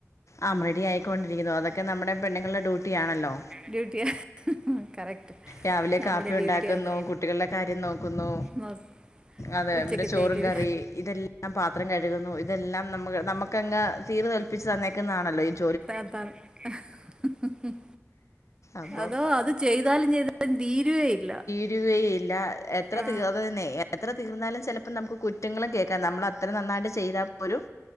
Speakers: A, on the left (about 65°); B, on the right (about 15°).
A: ആഹ് റെഡി ആയിക്കൊണ്ടിരിക്കുന്നു അതൊക്കെ നമ്മുടെ പെണ്ണുങ്ങളുടെ ഡ്യൂട്ടിയാണല്ലോ
B: ഡ്രൂട്ടിയ <unintelligible> കറക്റ്റ്
A: രാവിലെ
B: നമ്മുടെ
A: കാപ്പി
B: ഡ്യൂട്ടി
A: ഉണ്ടാക്കുന്നു
B: അത്
A: കുട്ടികളുടെ കാര്യം നോക്കുന്നു
B: മൊ-
A: അതെ
B: ഉച്ചക്കത്തേക്ക്
A: പിന്നെ ചോറും കറി ഇതെല്ല ഞാൻ പാത്രം കഴുകുന്നു ഇതെല്ലാം നമു നമുക്കങ്ങ് തീർ കൽപ്പിച്ച് തന്നേക്കുന്നതാണല്ലോ ഇത്
B: അതാണ് <unintelligible>
A: അപ്പം
B: അതോ അത് ചെയ്ത് താലും ചെയ്താലും തീരുവേ ഇല്ല
A: തീരുവേ ഇല്ല എത്ര
B: ആ
A: തീർ അത് തന്നെ എത്ര തീർന്നാലും ചെലപ്പോ നമുക്ക് കുറ്റങ്ങളും കേൾക്കാം നമ്മളെ എത്ര നന്നായിട്ട് ചെയ്താ പോലും